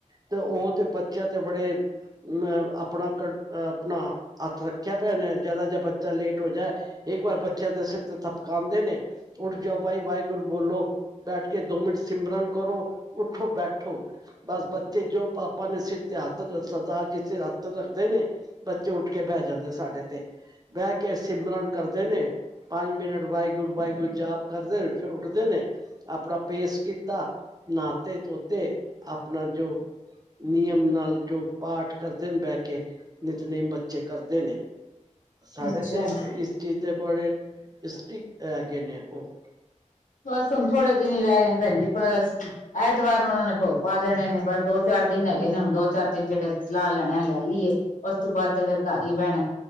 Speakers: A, on the right; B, on the left.
A: ਤੇ ਉਹ ਤੇ ਬਚ ਬੱਚਾ ਤੇ ਬੜੇ ਅ ਆਪਣਾ -ਆਪਣਾ ਹੱਥ ਰੱਖਿਆ ਪਿਆ ਨੇ ਜਿਆਦਾ ਜਹਾ ਬ <unintelligible> ਲੇਟ ਹੋ ਜਾਏ, ਇੱਕ ਵਾਰ ਬੱਚਾ ਦੇ ਸਿਰ ਤੇ ਥਪਕਾਉਂਦੇ ਨੇ ਉੱਠ ਜਾਓ ਬਾਈ ਵਾਹਿਗੁਰੂ ਬੋਲੋ। ਬੈਠ ਕੇ ਦੋ ਮਿੰਟ ਸਿਮਰਨ ਕਰੋ। ਉੱਠੋ ਬੈਠੋ ਬਸ ਬੱਚੇ ਜੋ ਪਾਪਾ ਨੇ ਸਿਰ ਤੇ ਹੱਥ ਸਰਦਾਰ ਜੀ ਹੱਥ ਰੱਖਦੇ ਨੇ ਬੱਚੇ ਉੱਠ ਕੇ ਬਹਿ ਜਾਂਦੇ ਸਾਡੇ ਤੇ, ਬਹਿ ਕੇ ਸਿਮਰਨ ਕਰਦੇ ਨੇ ਪੰਜ ਮਿੰਟ ਵਾਹਿਗੁਰੂ-ਵਾਹਿਗੁਰੂ ਜਾਪ ਕਰਦੇ ਨੇ, ਫੇਰ ਉੱਠਦੇ ਨੇ ਪੇਸ਼ਟ ਕੀਤਾ, ਨਾਤੇ- ਤੋਤੇ ਆਪਣਾ ਜੋ ਨਿਯਮ ਨਾਲ ਨਾਲ ਜੋ ਪਾਠ ਕਰਦੇ ਨੇ ਬਹਿ ਕੇ, ਨਿਤਨੇਮ ਬੱਚੇ ਕਰਦੇ ਨੇ ਸਾਡੇ
B: ਅੱਛਾ
A: ਤੇ, ਇਸ ਚੀਜ਼ ਦੇ ਬੜੇ, ਸਟਿਕ ਹੈਗੇ ਨੇ ਉਹ,
B: ਬਸ ਹੁਣ, ਥੋੜੇ ਦਿਨ ਹੀ ਰਹਿ ਗਏ ਭੈਣ ਜੀ ਬਸ ਐਤਵਾਰ ਨੂੰ, ਉਹਨਾਂ ਨੇ ਭੋਗ ਪਾ ਦੇਣੇ ਨੇ, ਬਸ ਦੋ- ਚਾਰ ਦਿਨ ਹੈਗੇ ਨੇ, ਹੁਣ ਦੋ ਚਾਰ ਦਿਨ ਜਿਹੜੇ ਸਲਾਹ ਲੈਣੇ ਲੈ ਲਈਏ ਉਸ ਤੋਂ ਬਾਅਦ ਤੇ, ਫੇਰ ਘਰ ਹੀ ਬਹਿਣਾ।